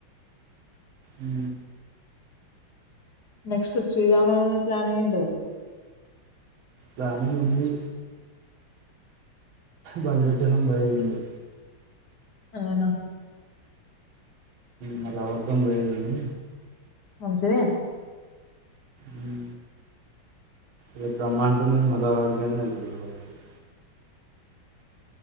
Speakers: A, on the right; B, on the left.
A: ఉ
B: నెక్స్ట్ శ్రీరామనోనవి ప్లాన్ ఏందో
A: దంధి ఉంది భద్రాచలం పోయేది ఉంది
B: అవునా
A: మ లవర్ తోని పోయేదుంది
B: మంచిదే
A: ఉ రేపు రమ్మంటోంది మా లవర్ కేమీ <unintelligible>